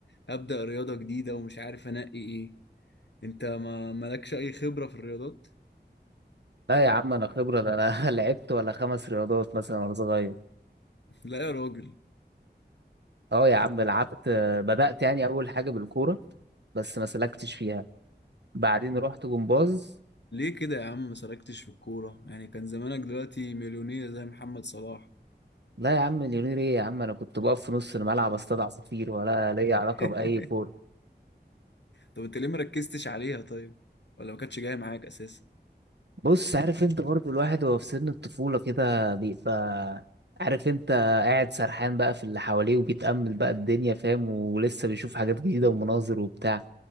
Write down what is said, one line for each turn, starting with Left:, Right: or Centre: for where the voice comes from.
Left: ابدا رياضة جديدة ومش عارف انقي ايه انت ما مالكش اي خبرة في الرياضات
Right: لا يا عم انا خبره ده انا <laughs> لعبت ولا خمس رياضات مثلا وانا صغير
Left: <laughs> لا يا راجل
Right: اه يا عم لعبت بدات يعني اول حاجه بالكوره بس ما سلكتش فيها بعدين رحت جمباز
Left: ليه كده يا عم ما سلكتش في الكورة يعني كان زمانك دلوقتي مليونير زي محمد صلاح
Right: لا يا عم اليونير ايه يا عم انا كنت بقف في نص الملعب اصطاد عصافير ولا ليا علاقه
Left: <laughs>
Right: باي كوره
Left: طب انت ليه مركزتش عليها طيب ولا ما كانتش جاية معاك اساسا
Right: بص عارف انت برضو الواحد وهو في سن الطفولة كده بيبقى عارف انت قاعد سرحان بقى في اللي حواليه وبيتأمل بقى الدنيا فاهم ولسه بيشوف حاجات جديدة ومناظر وبتاع